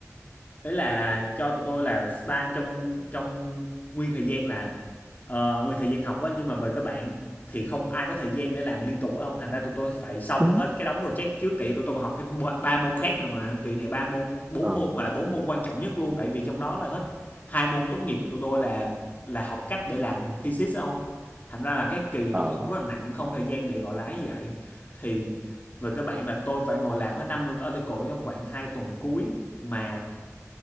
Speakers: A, on the left (about 35°); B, on the right (about 20°).
A: đấy là cho tụi tôi là span trong trong nguyên thời gian là ờ, nguyên thời gian học á nhưng mà về các bạn thì không ai có thời gian để làm liên tục á ông thành ra tụi tôi phải xong
B: đúng
A: hết cái đống project trước tại vì tụi tôi còn học thêm ba ba môn khác nữa mà kỳ này ba môn bốn
B: ờ
A: môn mà là bốn môn quan trọng nhất luôn tại vì trong đó là hết hai môn tốt nghiệp của tụi tôi là là học cách để làm thesis á ông thành ra là cái kỳ này
B: ờ
A: tụi tôi học rất là nặng không thời gian để gọi là ấy vậy thì về các bạn là tôi phải ngồi làm hết 50 cái article đó trong khoảng 2 tuần cuối mà